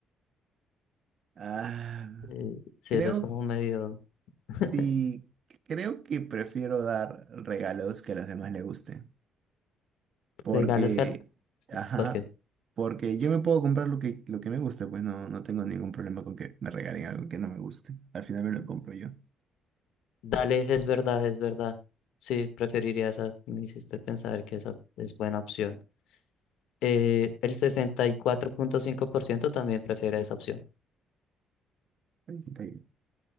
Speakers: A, on the right (about 40°); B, on the left (about 80°).
A: ah,
B: Eh, sí,
A: creo,
B: eso es como medio <laughs>
A: sí, creo que prefiero dar regalos que a los demás les gusten. Porque,
B: regalos que... a-
A: ajá,
B: porque
A: porque yo me puedo comprar lo que, lo que me guste, pues no, no tengo ningún problema con que me regalen algo que no me guste. Al final me lo compro yo.
B: Dale, es verdad, es verdad. Sí, preferiría esa. Me hiciste pensar que esa es buena opción. Eh, el sesenta y cuatro punto cinco por ciento también prefiere esa opción.
A: Ahí está bien.